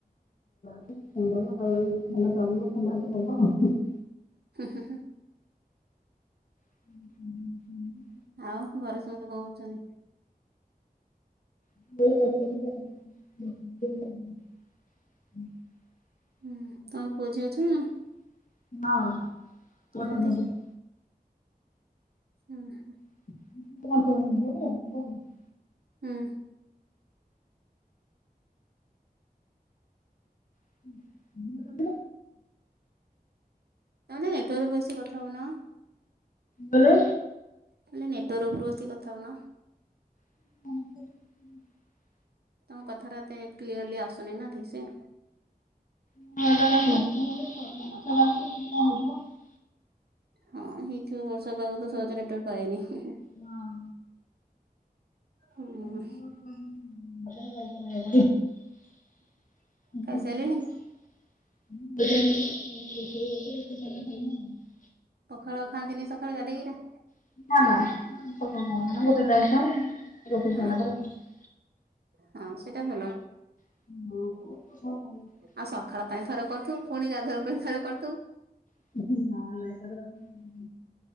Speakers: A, on the left; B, on the right.
A: ଛି ସୁନ୍ଦର ଆଉ ଏଇ କାମ ହବ ଆଉ <inaudible> <inaudible>
B: ହୁଁ ହୁଁ ହୁଁ!
A: ହୁଁ ହୁଁ ହୁଁ।
B: ଆଉ ଘରେ ସମସ୍ତେ କଣ କରଚନ୍ତି?
A: <inaudible> <inaudible>
B: ହୁଁ ତମର ପୁଅ ଝିଅ ଅଛନ୍ତି ନା ନାହାନ୍ତି <inaudible>
A: <inaudible>
B: ଆଁ।
A: <inaudible>
B: ତମେ ନେଟୱର୍କକୁ ଆସି କଥା ହଉନ।
A: ହ୍ୟାଲୋ।
B: ଟିକେ ନେଟୱାର୍କ ଉପରୁ ଆସିକି କଥା ହଉନ।
A: <inaudible>
B: ତମ କଥାଟା ଏତେ କ୍ଲିୟର୍ଲି ଆସୁନି ନା ଠିକ୍ ସେ।
A: <inaudible> ହୁଁ, କଣ କରୁଥିଲ?
B: ହଁ, ହେଇଥିବ ବର୍ଷା ପାଗ ତ ସହଜେ ନେଟୱାର୍କ ପାଏନି।
A: ହଁ।
B: ହୁଁ।
A: <inaudible> <inaudible>
B: ଖାଇସାରିଲେଣି
A: <inaudible>
B: ପଖାଳ ଖାଆନ୍ତି ନି ସକାଳେ ଗାଧେଇକିନା?
A: <inaudible>
B: ହଁ ହଁ, ସେଇଟା ଭଲ।
A: <inaudible>
B: ଆଉ ସକାଳ ପାଇଁ ଥରେ କରୁଥିବୁ, ପୁଣି ଗାଧୁଆବେଳ ପାଇଁ ଥରେ କରୁଥିବୁ।
A: <inaudible>